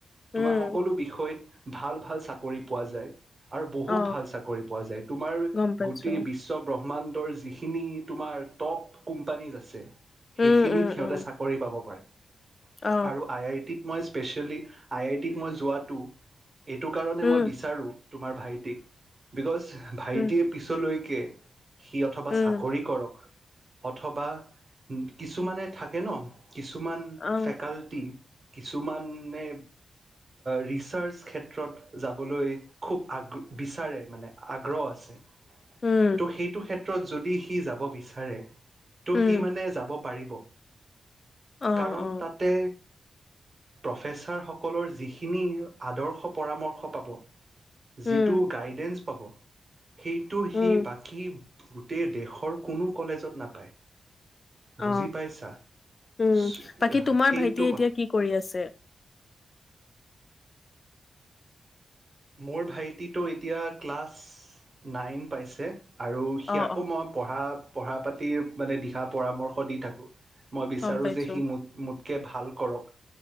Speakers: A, on the right; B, on the left.
A: তোমাৰ
B: উম
A: সকলো বিষয়ত ভাল, ভাল চাকৰি পোৱা যায়। আৰু বহুত
B: অ
A: ভাল চাকৰি পোৱা যায়, তোমাৰ
B: গম পাইছো
A: গোটেই বিশ্ব ব্ৰহ্মাণ্ড, ত যিখিন তোমাৰ টপ কোম্পানীত আছে।
B: উম
A: সেইখিনিত
B: উম
A: সিহঁতে
B: উম
A: চাকৰি পাব পাৰে।
B: অ
A: আৰু আই, আই টিত মই স্পেচিয়েলি আই, আই টিত মই যোৱাটো এইটো কাৰণে
B: উম
A: মই বিচাৰোঁ তোমাৰ ভাইটিক বিকজ ভাইটিয়ে
B: উম
A: পিছলৈ একে সি অথবা
B: উম
A: চাকৰি কৰক। অথবা কিছুমানে থাকে ন কিছুমান
B: অ
A: ফেকাল্টি। কিছুমানে ৰিচাৰ্জ ক্ষেত্ৰত যাবলৈ, খুব আগ বিচাৰে মানে আগ্ৰহ আছে ত'
B: উম
A: সেইটো ক্ষেত্ৰত ক্ষেত্ৰত যদি সি যাব বিচাৰে ত
B: উম
A: সি মানে যাব পাৰিব।
B: অ
A: কাৰণ
B: অ
A: তাতে প্ৰফেচাৰ সকলৰ যিখিনি আদৰ্শ পৰামৰ্শ পাব
B: উম
A: যিটো গাইডেন্স পাব সেইটো
B: উম
A: সি বাকী গোটেই দেশৰ কোনো কলেজত নাপায়।
B: অ
A: বুজি পাইছা
B: উম,
A: সেইটো
B: বাকী তোমাৰ ভাইটিয়ে এতিয়া
A: কথা
B: কি কৰি আছে?
A: মোৰ ভাইটিতো এতিয়া ক্লাছ নাইন পাইছে। আৰু সিয়াকো
B: অ অ
A: মই পঢ়াত। পঢ়া পাতিৰ মানে দিশা পৰামৰ্শ দি থাকোঁ। মই বিচাৰোঁ
B: গম পাইছো
A: যে সি মোত মোত কে ভাল কৰক